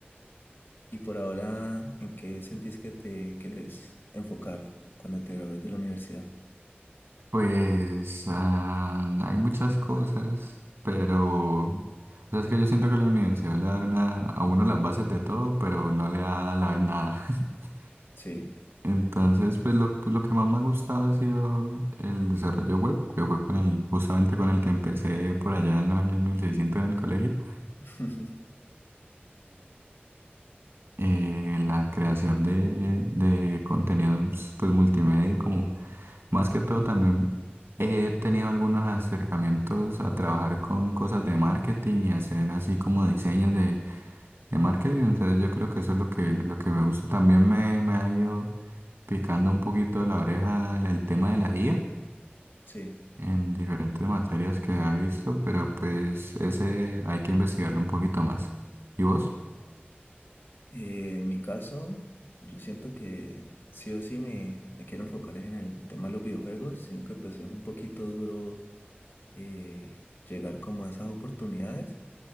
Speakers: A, on the left; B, on the right.
A: Y por ahora, ¿en qué sentís que te quieres enfocar cuando te gradúes de la universidad?
B: Pues ah, hay muchas cosas, pero... O sea, es que yo siento que la universidad le da una- a uno las bases de todo, pero no le da a la vez nada. <laughs>
A: Sí,
B: Entonces, pues lo, pues, lo que más me ha gustado ha sido el desarrollo web, que fue con el, justamente con el que empecé por allá en los años 1600 en el colegio.
A: <laughs>
B: eh, la creación de, de contenidos pues multimedia, como más que todo también he tenido algunos acercamientos a trabajar con cosas de marketing y hacer así como diseños de, de marketing, entonces yo creo que eso es lo que, lo que me gusta. También me, me ha ido picando un poquito la oreja el el tema de la IA
A: sí.
B: en diferentes materias que ha visto, pero pues ese hay que investigarlo un poquito más. ¿Y vos?
A: Eh, en mi caso, yo siento que sí o sí me, me quiero enfocar es en el tema de los videojuegos, sino que pues es un poquito duro eh, llegar como a esas oportunidades.